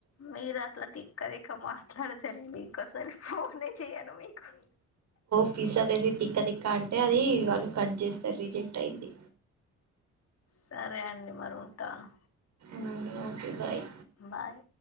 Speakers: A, on the left; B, on the right.
A: మీరట్ల దిక్క దిక్క మాట్లాడతారండి ఇంకోసారి ఫోనే చేయను మీకు
B: పిస్ అదసి తిక్క తిక్క అంటే అది వాళ్ళు కట్ చేస్తారు రిజెక్ట్ అయిది
A: సరే అండి మరుంటాను
B: మ్మ్ ఓకే బాయ్
A: బాయ్